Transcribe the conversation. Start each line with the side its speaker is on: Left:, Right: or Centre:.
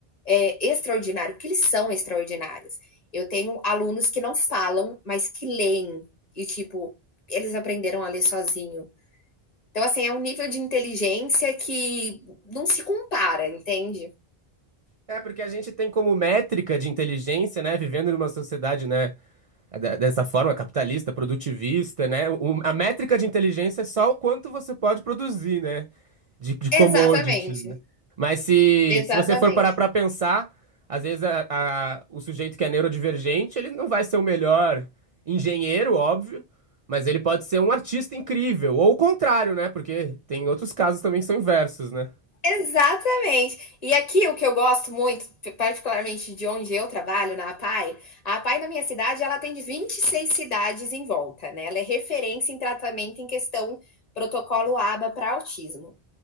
Left: é, extraordinário, porque eles são extraordinários. Eu tenho alunos que não falam, mas que leem e tipo eles aprenderam a ler sozinho. Então, assim, é um nível de inteligência que não se compara, entende?
Right: É, porque a gente tem como métrica de inteligência, né? Vivendo numa sociedade, né? É de- dessa forma capitalista, produtivista, né? O- a métrica de inteligência é só o quanto você pode produzir, né? De, de
Left: Exatamente,
Right: commodities, né? Mas se,
Left: exatamente.
Right: se você for parar para pensar, às vezes a- a- o sujeito que é neurodivergente, ele não vai ser o melhor engenheiro, óbvio, mas ele pode ser um artista incrível, ou o contrário, né? Porque tem outros casos também que são inversos, né?
Left: Exatamente. E aqui o que eu gosto muito, particularmente de onde eu trabalho, na APAI, a APAI na minha cidade, ela tem 26 cidades em volta, né? Ela é referência em tratamento em questão protocolo ABA para autismo.